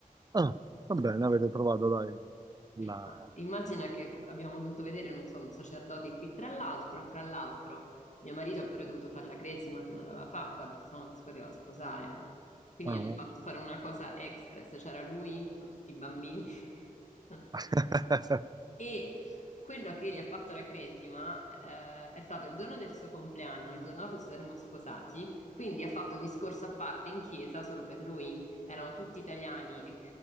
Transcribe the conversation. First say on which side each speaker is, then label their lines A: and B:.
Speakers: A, on the right (about 25°); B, on the left (about 55°).
A: Ah,
B: Eh.
A: va bene, avete trovato, dai, la...
B: Ma immagina che abbiamo dovuto vedere, non so, un sacerdote qui. Tra l'altro, tra l'altro, mio marito ha pure dovuto fare la cresima che non l'aveva fatta perché sennò non si poteva sposare. Quindi
A: ah.
B: hanno fatto fare una cosa express, c'era lui con tutti i bambini. <laughs>
A: <laughs>
B: E quello che gli ha fatto la cresima eh, è stato il giorno del suo compleanno, il giorno dopo ci saremmo sposati, quindi ha fatto un discorso a parte in chiesa solo per lui. Erano tutti italiani